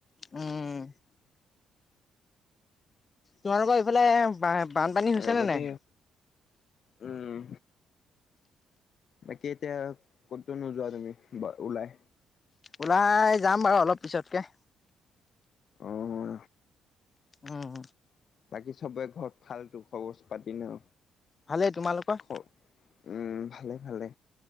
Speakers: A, on the left; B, on the left.
A: উম। তোমালোকৰ এইফালে বানপানী হৈছে
B: লগতে
A: নে নাই?
B: উম। বাকি এতিয়া ক'তো নোযোৱা তুমি ওলাই?
A: ওলাই যাম বাৰু অলপ পিছতকে।
B: অঁ।
A: উম।
B: বাকী চবৰে ঘৰত‌ ভালটো খবৰ খাতি ন?
A: ভালেই, তোমালোকৰ?
B: খ উম ভালে, ভালে।